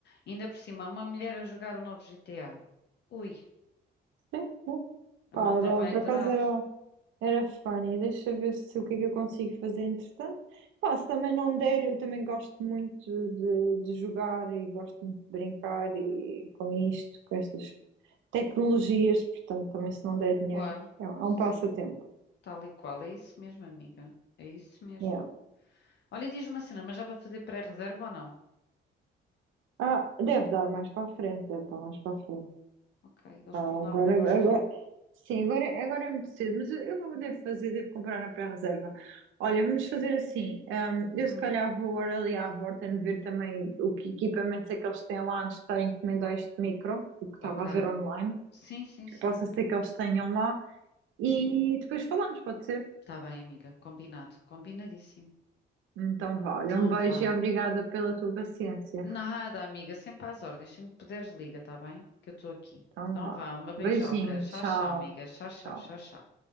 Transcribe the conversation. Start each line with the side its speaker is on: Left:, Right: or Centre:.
Left: ainda por cima, uma mulher a jogar o novo GTA. Ui,
Right: sim, sim.
Left: a
Right: Para,
Left: malta vai
Right: por
Left: adorar.
Right: acaso era. Era funny, deixa eu ver se o que é que eu consigo fazer entretanto. Pá, se também não der, eu também gosto muito de, de jogar e gosto muito de brincar e com isto, com estas tecnologias, portanto, também se não der dinheiro,
Left: Claro,
Right: é, um
Left: sim,
Right: é um passatempo.
Left: tal e qual. É isso mesmo, amiga. É isso mesmo.
Right: Yeah.
Left: Olha, e diz-me assim, mas dá para fazer pré-reserva ou não?
Right: Ah, deve dar mais para a frente, deve dar mais para a frente.
Left: Ok, eles
Right: Ah,
Left: por
Right: agora,
Left: norma
Right: agora,
Left: gostam.
Right: sim, agora, agora é muito cedo, mas eu, eu vou- devo fazer, devo comprar na pré-reserva. Olha, vamos fazer assim. hum, eu
Left: Hum,
Right: se calhar vou agora ali à Vorten ver também o que equipamentos é que eles têm lá antes de estar a encomendar este micro, o que estava
Left: ok.
Right: a ver online.
Left: Sim, sim, sim.
Right: Possa ser que eles tenham lá e depois falamos, pode ser?
Left: Tá bem, amiga. Combinado, combinadíssimo.
Right: Então vá, olha,
Left: Então
Right: um beijo
Left: vá.
Right: e obrigada pela tua paciência.
Left: Nada, amiga, sempre às ordens. Sempre que puderes, liga, tá bem? Que eu estou aqui.
Right: Então
Left: Então
Right: vá.
Left: vá, uma beijoca.
Right: Beijinho,
Left: Tchau,
Right: tchau.
Left: tchau, amiga. Tchau, tchau,
Right: Tchau.
Left: tchau, tchau.